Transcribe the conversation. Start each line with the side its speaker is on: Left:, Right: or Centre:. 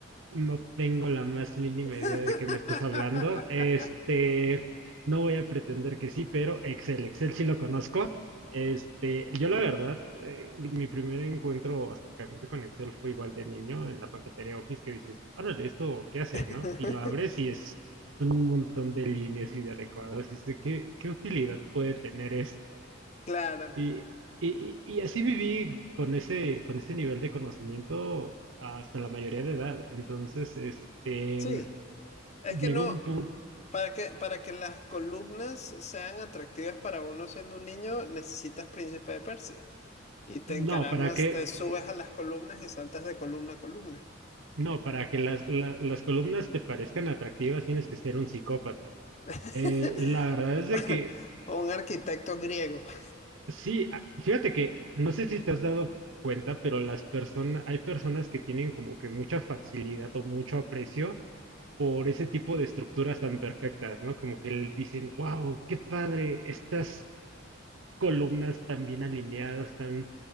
Right: No tengo la más mínima
Left: <laughs>
Right: idea de qué me estás hablando. Este, no voy a pretender que sí, pero Excel, Excel sí lo conozco. Este, yo la verdad, eh, mi primer encuentro o acercamiento con Excel fue igual de niño en la paquetería Office que dices, órale, esto, ¿qué hace,
Left: <laughs>
Right: no? Y lo abres y es un montón de líneas y de recuadros y dices, ¿qué, qué utilidad puede tener esto?
Left: Claro,
Right: Y, y, y y así viví con ese, con ese nivel de conocimiento hasta la mayoría de edad. Entonces, este,
Left: sí. Es
Right: llegó
Left: que no.
Right: un punto,
Left: Para que, para que las columnas sean atractivas para uno siendo un niño, necesitas Príncipe de Persia. Y te encaramas,
Right: no, para que,
Left: te subes a las columnas y saltas de columna a columna.
Right: no, para que las, la- las columnas te parezcan atractivas tienes que ser un psicópata.
Left: <laughs>
Right: Eh, la verdad es de que
Left: O un arquitecto griego. <laughs>
Right: sí, a- fíjate que no sé si te has dado cuenta, pero las personas, hay personas que tienen como que mucha facilidad o mucho aprecio por ese tipo de estructuras tan perfectas, ¿no? Como que l- dicen, wow, qué padre, estas columnas tan bien alineadas, tan,